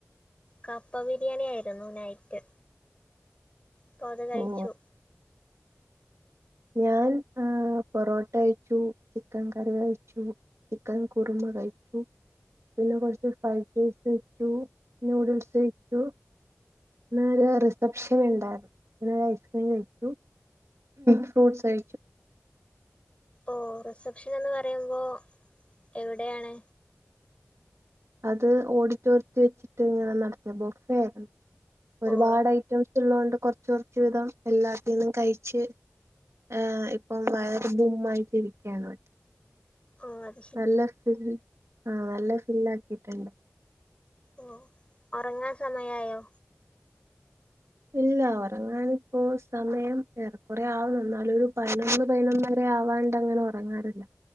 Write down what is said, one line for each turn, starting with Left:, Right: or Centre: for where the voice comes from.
Left: കപ്പ ബിരിയാണി ആയിരുന്നു നൈറ്റ് അപ്പോ അത് കഴിച്ചു
Right: ഓ ഞാൻ ആ ടാ പൊറോട്ട കഴിച്ചു ചിക്കൻ കറി കഴിച്ചു ചിക്കൻ കുറുമ കഴിച്ചു പിന്നെ കുറച്ച് ഫ്രൈഡ്റൈസ് കഴിച്ചു നൂഡൽസ് കഴിച്ചു ഇന്ന് ഒരു റിസപ്ഷൻ ഇണ്ടായിരുന്നു ഒരു ഐസ്ക്രീം കഴിച്ചു ഫ്രൂട്ട്സ് കഴിച്ചു
Left: ഓ റിസപ്ഷൻ എന്ന് പറയുമ്പോ എവിടെയാണ്?
Right: അത് ഓഡിറ്റോറിയത്തി വെച്ചിട്ട് ഇങ്ങനെ നടത്ത ബൊഫേ ആയിരുന്നു ഒരുപാട്
Left: ഓ
Right: ഐറ്റംസ് സുള്ളത് കൊണ്ട് കൊറച്ച് കൊറച്ച് വീതം എല്ലാത്തീന്നും കഴിച്ച് ആ ഇപ്പം വയർ ബും ആയിട്ടിരിക്കയാണ്
Left: ആഹ്
Right: നല്ല ഫിൽ ആഹ് നല്ല ഫില്ല് ആക്കിയിട്ടുണ്ട്
Left: ഓ ഒറങ്ങാൻ സമയായോ?
Right: ഇല്ല ഉറങ്ങാൻ ഇപ്പോ സമയം ഏറെക്കുറെ ആവുന്നു എന്നാലും ഒരു പതിനൊന്ന് പതിനൊന്ന ന്നര ആവാണ്ടങ്ങനെ ഉറങ്ങാറില്ല